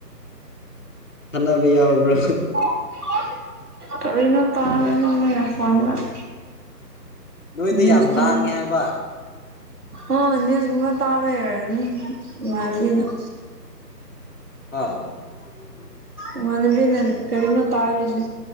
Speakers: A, on the left; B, on the right.
A: ꯈꯠꯅꯕ ꯌꯥꯎꯕ꯭ꯔꯣ
B: <unintelligible> ꯀꯔꯤꯅꫭ ꯇꯥꯗꯦ ꯅꯪꯒꯤ ꯅꯈꫭꯟꯗꫭ
A: ꯅꯣꯏꯗ
B: ꯅ꯭ꯌꯦꯁ
A: ꯌꯥꯝ
B: ꯇꯥꯝ
A: ꯂꯥꯡꯉꯦ ꯍꯥꯏꯕ
B: ꯑꯣ ꯅꯦꯁꯀꯨꯝꯕ ꯇꯥꯕꯩ ꯑꫭꯏꯔꯝꯅꯤ ꯅꯪꯒꯤꯗꫭ
A: ꯍꯥ ꯍ ꯍ <inaudible> <unintelligible>
B: ꯏꯃꯥꯟꯅꯕꯤꯅ ꯀꯔꯤꯅꫭ ꯇꯥꯔꯤꯒꯦ